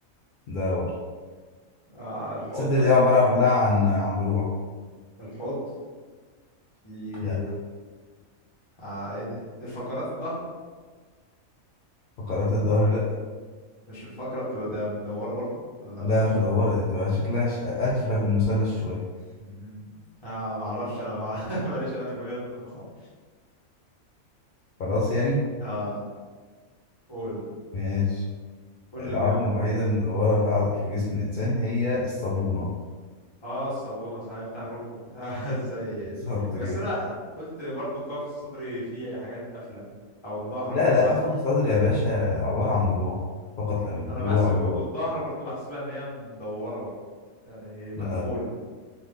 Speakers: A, on the left; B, on the left.
A: ده ورا
B: آه الحوض
A: الصدر
B: مثلا
A: دي عبارة كلها عن عن ضلوع
B: الحوض في
A: لا
B: آه ايه ده الفقرات الظهر
A: فقرات الظهر لا
B: مش الفقرة بتبقى دا- مدورة برضو ولا
A: لا
B: ما
A: مش مدورة دي بتبقى شكلها ش- أشبه بالمثلث شوية
B: مم. آه ما اعرفش انا ما... <laughs> ماليش انا في المجال الطب خالص
A: خلاص يعني
B: اه قول
A: ماشي
B: قول
A: العظمة
B: الاجابه
A: الوحيدة اللي مدورة في عض... في جسم الإنسان هي الصابونة
B: اه الصابونه صحيح بتاع الركبه <laughs> ازاي
A: بالظبط
B: بس
A: كده
B: انا قلت برضو القفص الصدري فيه حاجات قافله او الظهر
A: لا
B: برضو
A: لا
B: بحس
A: قفص الصدر يا باشا عبارة عن ضلوع فقط لا غير
B: انا
A: ضلوع
B: بحسب
A: ضلوع
B: والظهر برضو بحسبها ان هي مدوره برضو يعني مقفول
A: لا.